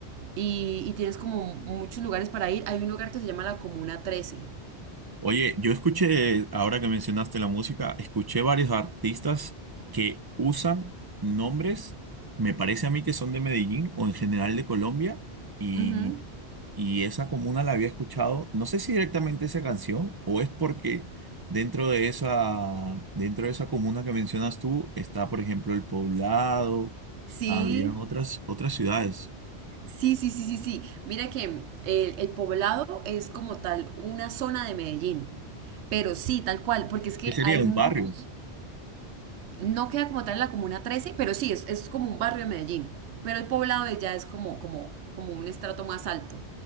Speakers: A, on the right; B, on the right.
A: y, y tienes como muchos lugares para ir. Hay un lugar que se llama la Comuna 13.
B: Oye, yo escuché, ahora que mencionaste la música, escuché varios artistas que usan nombres, me parece a mí que son de Medellín o en general de Colombia. y
A: Ujú.
B: Y esa comuna la había escuchado, no sé si directamente esa canción o es porque dentro de esa, dentro de esa comuna que mencionas tú está, por ejemplo, El Poblado,
A: Sí,
B: habían otras, otras ciudades.
A: Sí, sí, sí, sí, sí. Mira que el, el poblado es como tal una zona de Medellín, pero sí, tal cual, porque es que
B: ¿Qué sería
A: hay
B: un
A: muchos,
B: barrio?
A: no queda como tal en la comuna 13, pero sí, es, es como un barrio de Medellín. Pero el poblado de ya es como, como, como un estrato más alto.